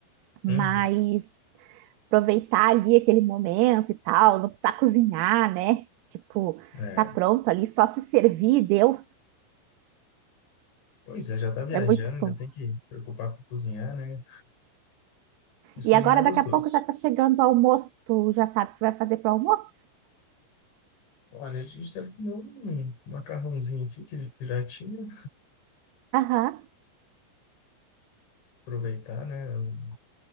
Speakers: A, on the right (about 85°); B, on the left (about 60°).
A: Mas
B: Uhum.
A: aproveitar ali aquele momento e tal, não precisar cozinhar, né? Tipo,
B: É.
A: tá pronto ali, só se servir, deu.
B: Pois é, já está viajando,
A: É muito
B: ainda
A: bom.
B: tem que preocupar com cozinhar, né? Mas
A: E
B: cozinhar
A: agora
B: é gostoso.
A: daqui a pouco já tá chegando o almoço, tu já sabe o que vai fazer pro almoço?
B: Olha, a gente está com um macarrãozinho aqui que que já tinha,
A: Aham.
B: aproveitar, né? o